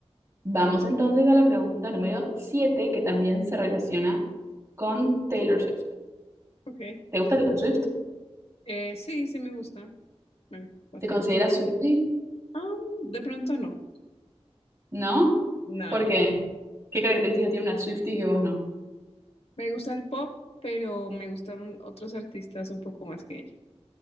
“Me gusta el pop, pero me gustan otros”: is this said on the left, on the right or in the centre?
Left